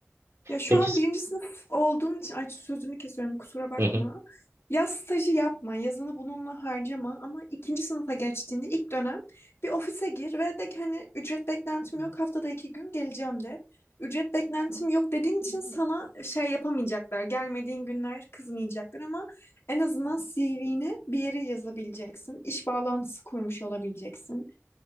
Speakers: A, on the left (about 65°); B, on the right (about 85°).
A: Ya şu
B: Peki
A: an
B: s-
A: birinci sınıf olduğun için ay sözünü kesiyorum kusura bakma.
B: hı hı.
A: Yaz stajı yapma, yazını bununla harcama ama ikinci sınıfa geçtiğinde ilk dönem bir ofise gir ve de ki hani ücret beklentim yok haftada iki gün geleceğim de. Ücret beklentim yok dediğin için sana şey yapamayacaklar. Gelmediğin günler kızmayacaklar ama en azından CV'ne bir yere yazabileceksin. iş bağlantısı kurmuş olabileceksin.